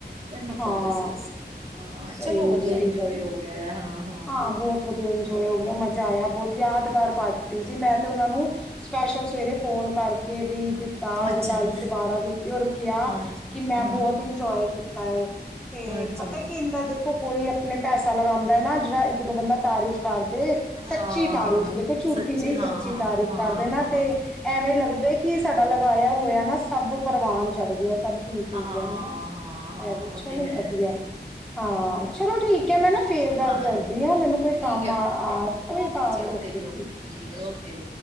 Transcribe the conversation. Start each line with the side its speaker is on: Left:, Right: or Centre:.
Right: ਫਿਰ ਨਿਕਲ
Centre: ਹਾਂ
Right: ਗਏ ਸੀ। ਅਸੀਂ ਹਾਂ
Centre: ਸਹੀ
Right: ਚਲੋ ਵਧੀਆ
Centre: ਸਹੀ
Right: ਇੰਜੋਏ
Centre: ਗੱਲ ਹੈ।
Right: ਹੋ ਗਿਆ ਹਾਂ।
Centre: ਹਾਂ ਬਹੁਤ ਵਧੀਆ ਇੰਜੋਏ ਹੋ ਗਿਆ ਮਜ਼ਾ ਆਇਆ ਬਹੁਤ ਯਾਦਗਾਰ ਪਾਰਟੀ ਸੀ ਮੈਂ ਤੇ ਉਹ ਨੂੰ ਸਪੈਸ਼ਲ ਸਵੇਰੇ ਫੋਨ ਕਰਕੇ ਵੀ ਦਿੱਤਾ
Right: ਅੱਛਾ
Centre: ਵਧਾਈ ਦੁਬਾਰਾ ਦਿੱਤੀ ਔਰ ਕਿਹਾ
Right: ਹਾਂ
Centre: ਕਿ ਮੈਂ
Right: ਹਾਂ
Centre: ਬਹੁਤ ਇੰਜੋਏ ਕੀਤਾ। ਤਾਂ ਤੇ
Right: ਅੱਛਾ
Centre: ਪਤਾ ਕੀ ਹੁੰਦਾ ਦੇ ਕੋਈ ਆਪਣੇ ਪੈਸਾ ਲਗਾਦਾ ਨਾ ਇੱਕ ਦੋ ਬੰਦਾ ਤਾਰੀਫ਼ ਕਰ ਦੇ
Right: ਹਾਂ
Centre: ਸੱਚੀ ਤਾਰੀਫ਼ ਦੇਖੋ ਝੂਠੀ ਨਹੀਂ
Right: ਹਾਂ
Centre: ਸੱਚੀ
Right: ਹਾਂ
Centre: ਤਾਰੀਫ਼
Right: ਹਾਂ
Centre: ਕਰਦੇ
Right: ਹਾਂ
Centre: ਨਾ ਤੇ
Right: ਹਾਂ
Centre: ਐਵੇਂ ਲੱਗਦਾ ਕੀ ਸਾਡਾ ਲਗਾਇਆ ਹੋਇਆ ਨਾ ਸਭ ਪ੍ਰਵਾਨ ਚੜ੍ਹ ਗਿਆ। ਸਭ ਠੀਕ ਹੋ
Right: ਹਾਂ ਹਾਂ
Centre: ਗਿਆ ਹਨਾ
Right: ਹਾਂ ਹਾਂ
Centre: ਇਹ ਵੀ
Right: ਉਹ
Centre: ਚਲੋ
Right: ਤੇ ਹੈ
Centre: ਵਧੀਆ
Right: ਵੇ
Centre: ਹਾਂ ਚਲੋ ਠੀਕ ਹੈ ਮੈਂ ਨਾ ਫੇਰ ਗੱਲ
Right: ਹਾਂ ਹਾਂ,
Centre: ਕਰਦੀ ਆ ਮੈਨੂੰ ਕੋਈ
Right: ਠੀਕ
Centre: ਕੰਮ
Right: ਹੈ
Centre: ਆ
Right: ਓਕੇ
Centre: ਆ
Right: ਜੀ
Centre: ਕੋਈ
Right: ਓਕੇ
Centre: ਬਾਰ
Right: ਜੀ
Centre: ਓਕੇ
Right: ਜੀ
Centre: ਠੀਕ ਹੈ ਜੀ।
Right: ਓਕੇ